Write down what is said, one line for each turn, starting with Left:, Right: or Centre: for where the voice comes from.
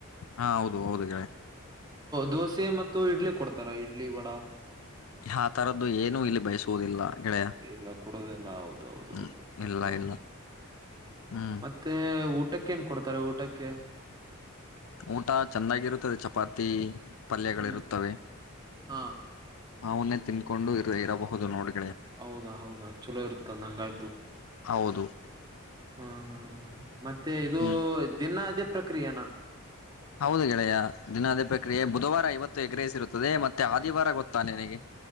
Left: ಹಾ ಹೌದು ಹೌದು ಗೆಳೆಯ
Right: ದೋಸೆ ಮತ್ತು ಇಡ್ಲಿ ಕೊಡ್ತಾರ ಇಡ್ಲಿ ವಡ
Left: ಆ ತರದ್ದು ಏನು ಇಲ್ಲಿ ಬಯಸುವುದಿಲ್ಲ ಗೆಳೆಯ
Right: ಇಲ್ಲ ಕೊಡೋದೆಲ್ಲ ಹೌದೌದು
Left: ಹ್ಮ್ ಇಲ್ಲ
Right: ಹೌದು
Left: ಇಲ್ಲ ಹ್ಮ್
Right: ಮತ್ತೆ ಊಟಕ್ಕೆ ಏನ್ ಕೊಡ್ತಾರೆ ಊಟಕ್ಕೆ
Left: ಊಟ ಚೆಂದಾಗಿರುತ್ತದೆ ಚಪಾತಿ ಪಲ್ಯಗಳಿರುತ್ತವೆ
Right: ಹ್ಮ್
Left: <inaudible>
Right: ಹಾ
Left: ಅವನ್ನೇ ತಿನ್ಕೊಂಡು ಇರಬಹುದು ನೋಡಿ
Right: ಹೌದಾ ಹೌದಾ ಚಲೋ ಇರುತ್ತಂದಂಗಾಯ್ತು
Left: ಹೌದು
Right: <inaudible> ಹಾ ಹಾ ಮತ್ತೆ ಇದು
Left: ಹ್ಮ್
Right: ದಿನ ಅದೇ ಪ್ರಕ್ರಿಯೆನಾ
Left: ಹೌದು ಗೆಳೆಯ ದಿನ ಅದೇ ಪ್ರಕ್ರಿಯೆ ಬುಧವಾರ ಇವತ್ತು ಎಗ್ರೈಸ್ ಇರುತ್ತದೆ ಮತ್ತೆ ಆದಿವಾರ ಗೊತ್ತಾನೆ ನಿನ್ನಗೆ